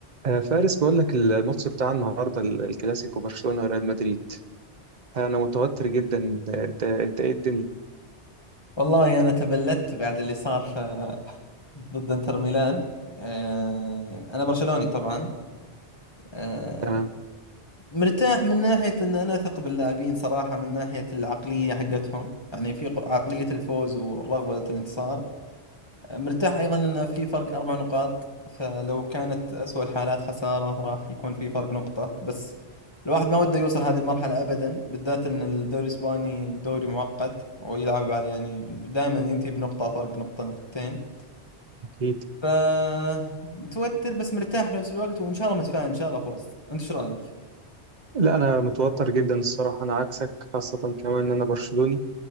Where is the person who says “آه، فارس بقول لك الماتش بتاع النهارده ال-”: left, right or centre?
Right